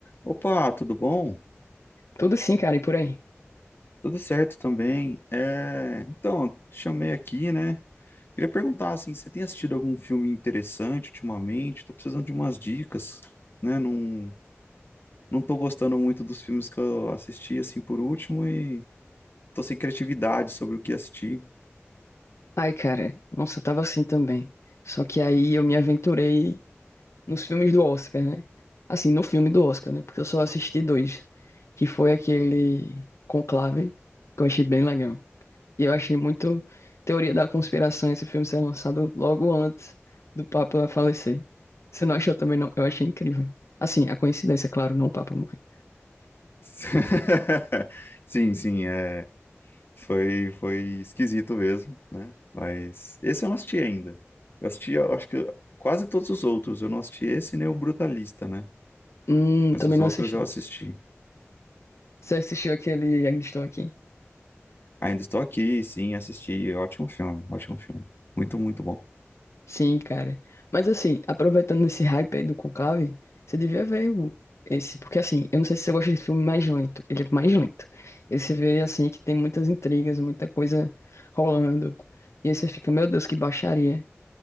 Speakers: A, on the left; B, on the left.
A: Opa, tudo bom?
B: Tudo assim, cara, e por aí.
A: Tudo certo também. É, então, te chamei aqui, né? Queria perguntar assim, você tem assistido algum filme interessante ultimamente? Tô precisando de umas dicas, né? Não, não tô gostando muito dos filmes que eu assisti assim por último e tô sem criatividade sobre o que assistir.
B: Ai, cara, nossa, eu tava assim também. Só que aí eu me aventurei nos filmes do Oscar, né? Assim, no filme do Oscar, né? Porque eu só assisti dois, que foi aquele Conclave, que eu achei bem legal. E eu achei muito teoria da conspiração esse filme ser lançado logo antes do Papa falecer. Você não achou também, não? Eu achei incrível. Assim, a coincidência, é claro, não o Papa morrer.
A: <laughs> Sim, sim, é. Foi, foi esquisito mesmo, né? Mas esse eu não assisti ainda. Eu assisti, eu acho que quase todos os outros. Eu não assisti esse nem o Brutalista, né?
B: Hum,
A: Mas
B: também
A: os
B: não
A: outros
B: assisti.
A: eu assisti.
B: Você assistiu aquele Ainda Estou Aqui?
A: Ainda estou aqui, sim, assisti. Ótimo filme, ótimo filme. Muito, muito bom.
B: Sim, cara. Mas assim, aproveitando esse hype aí do Conclave, você devia ver o- esse, porque assim, eu não sei se você gosta de filme mais lento, ele é mais lento. E você vê assim que tem muitas intrigas, muita coisa rolando. E aí você fica, meu Deus, que baixaria.